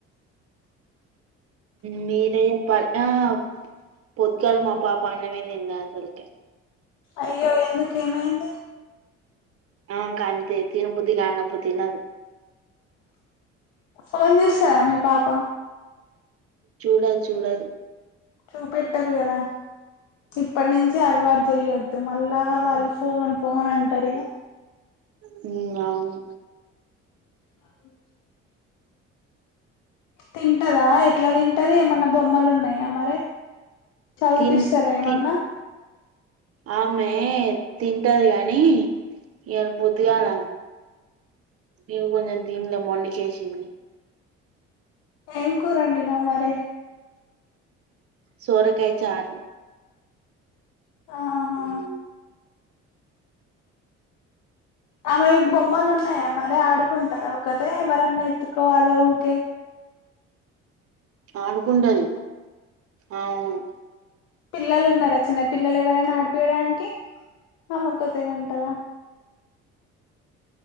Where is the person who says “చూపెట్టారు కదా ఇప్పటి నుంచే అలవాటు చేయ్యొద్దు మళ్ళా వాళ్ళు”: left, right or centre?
Left